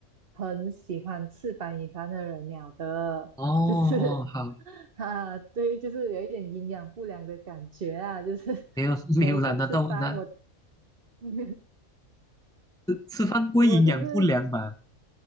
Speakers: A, on the right; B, in the centre.
A: 很喜欢吃白米饭的人了的，
B: 哦哦，
A: 就是
B: 好，
A: <laughs> 啊，对，就是有一点营养不良的感觉啊，就是
B: 没有 <laughs>
A: 每一次吃饭我
B: 没有啦，那都那
A: <laughs>
B: 吃饭不会营养不良吧？
A: 我就是